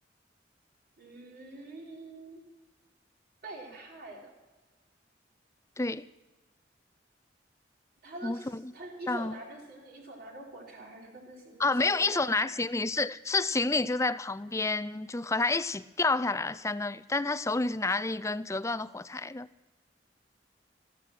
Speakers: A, on the right; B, on the left.
A: 嗯，被害的。
B: 对
A: 他的他一手拿着行李，
B: 某种意义上
A: 一手拿着火柴，还是他的行李散落在他旁，
B: 啊，没有一手拿行李，是是行李就在旁边，就和他一起掉下来了，相当于，但他手里是拿着一个根折断的火柴的，